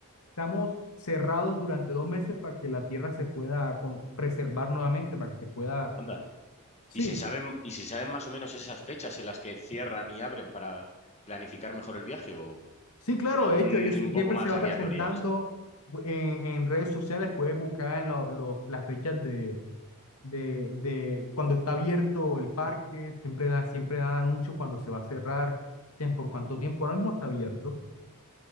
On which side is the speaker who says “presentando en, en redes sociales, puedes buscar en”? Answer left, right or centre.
Left